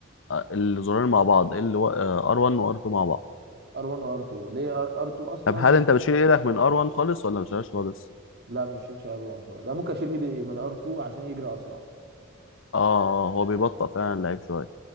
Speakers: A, on the left; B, on the right.
A: الزرارين مع بعض ال ار 1 وار 2 مع بعض
B: R1 و R2 ليه R- R2 اصلا
A: طب هل انت بتشيل ايدك من ار 1 خالص ولا ما بتشيلهاش خالص
B: لا ما شيلش R1 خالص لا ممكن اشيل ايدي من R2 عشان يجري اسرع
A: اه آه، آه، هو بيبطئ فعلا اللعيب شويه